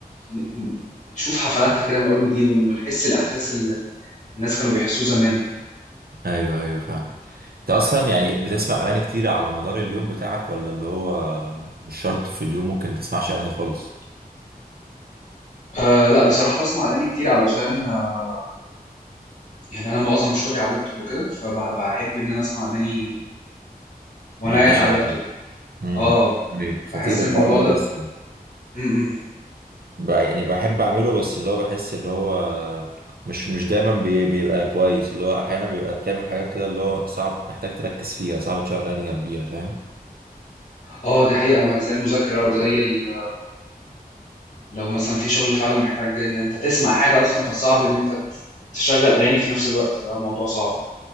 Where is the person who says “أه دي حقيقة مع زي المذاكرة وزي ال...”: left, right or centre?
Left